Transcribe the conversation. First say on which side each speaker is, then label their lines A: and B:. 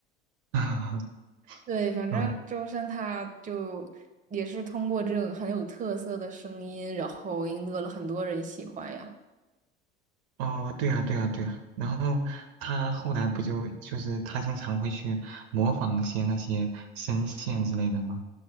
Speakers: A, on the right (about 60°); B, on the right (about 25°).
A: <laughs>
B: 对，反正周深他就也是通过这种很有特色的声音，
A: 嗯。
B: 然后赢得了很多人喜欢呀。
A: 哦，对啊，对啊，对啊。然后他后来不就就是他经常会去模仿一些那些声线之类的嘛，